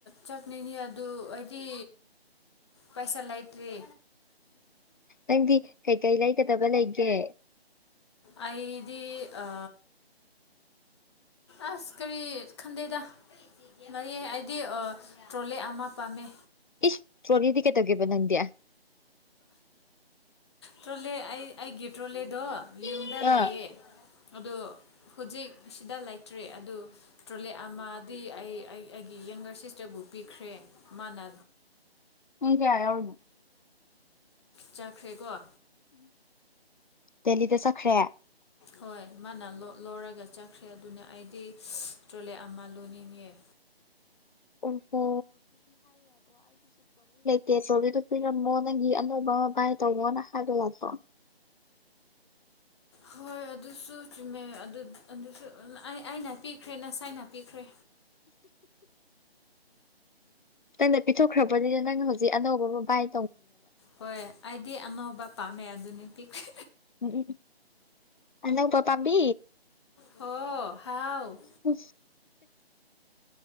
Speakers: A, on the left; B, on the left.
A: ꯆꯠꯅꯤꯡꯉꯤ ꯑꯗꯨ ꯍꯥꯏꯗꯤ ꯄꯩꯁꯥ ꯂꯩꯥꯏꯇ꯭ꯔꯤ
B: ꯅꯪꯗꯤ ꯀꯩꯀꯩ ꯂꯩꯒꯗꯕ ꯂꯩꯒꯦ
A: ꯑꯩꯗꯤ ꯑ ꯑꯁ ꯀꯔꯤ ꯈꯗꯗ ꯃꯌꯦ ꯑꯩꯗꯤ ꯇ꯭ꯔꯣꯂꯦ ꯑꯃ ꯄꯥꯝꯃꯦ
B: ꯏꯁ ꯇ꯭ꯔꯣꯔꯤꯗꯤ ꯀꯩꯗꯧꯒꯦꯕ ꯅꯪꯗꯤꯌꯥ
A: ꯇ꯭ꯔꯣꯂꯒ ꯒꯤ ꯄꯦꯇ꯭ꯔꯣꯂꯦꯗꯣ ꯌꯨꯝꯗ
B: ꯑꯥ
A: ꯂꯩꯥꯛꯑꯦ ꯑ ꯍꯧꯖꯤꯛ ꯁꯤꯗ ꯂꯩꯇ꯭ꯔꯦ ꯑꯗꯨ ꯇ꯭ꯔꯣꯂꯦ ꯑꯃꯗꯤ ꯑꯩ ꯑꯩꯒꯤ ꯌꯪꯒꯔꯁꯤꯁ ꯆꯕꯨ ꯄꯤꯈ꯭ꯔꯦ ꯃꯥꯅ
B: ꯌꯦꯪ ꯀꯦꯌꯥꯎꯅꯤ
A: ꯆꯥꯈ꯭ꯔꯦꯀꯣ
B: ꯗꯦꯂꯤꯗ ꯆꯠꯈ꯭ꯔꯦ
A: ꯍꯣꯏ ꯃꯥꯅ ꯂꯧꯔꯒ ꯆꯠꯈ꯭ꯔꯦ ꯑꯗꯨꯅ ꯑꯩꯗꯤ ꯇ꯭ꯔꯣꯂꯦ ꯑꯃ ꯂꯣꯟꯅꯤꯡꯑꯦ
B: ꯑꯣꯍꯣ ꯀꯦꯁꯣ ꯑꯗꯨꯗꯣ ꯄꯤꯔꯝꯃꯣ ꯅꯪꯒꯤ ꯑꯅꯧꯕ ꯑꯃ ꯕꯥꯏ ꯇꯧꯕꯃꯣꯅ ꯍꯥꯏꯕ ꯂꯥꯛꯄ꯭ꯔꯣ
A: ꯍꯣꯏ ꯑꯗꯨꯁꯨ ꯆꯨꯝꯃꯦ ꯑꯗꯨꯁꯨ ꯑꯩꯅ ꯄꯤꯈ꯭ꯔꯦ ꯅꯁꯥꯏꯅ ꯄꯤꯈ꯭ꯔꯦ
B: ꯅꯪꯅ ꯄꯤꯊꯣꯛꯈ꯭ꯔꯕꯅꯤꯅ ꯅꯪꯅ ꯍꯧꯖꯤꯛ ꯑꯅꯧꯕ ꯃꯣꯕꯥꯏꯜ
A: ꯍꯣꯏ ꯑꯩꯗꯤ ꯑꯅꯧꯕ ꯄꯥꯝꯃꯦ ꯑꯗꯨꯅꯤ ꯄꯤꯈ꯭ꯔꯦ
B: ꯎꯝ ꯑꯗꯄꯥꯣ ꯄꯥꯕꯤ
A: ꯍꯣ ꯍꯥꯎ
B: ꯎ